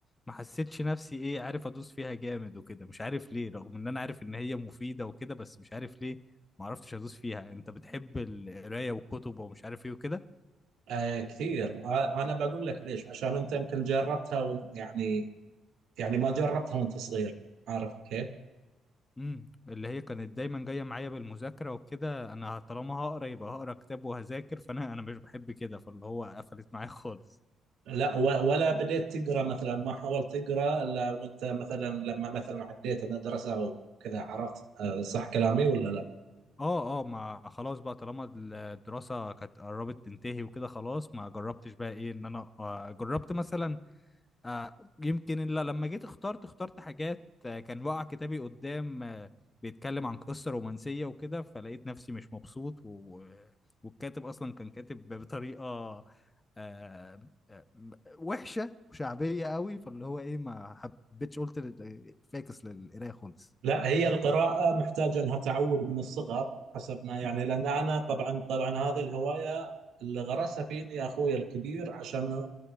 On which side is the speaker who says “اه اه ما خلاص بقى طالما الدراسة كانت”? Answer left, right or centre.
Left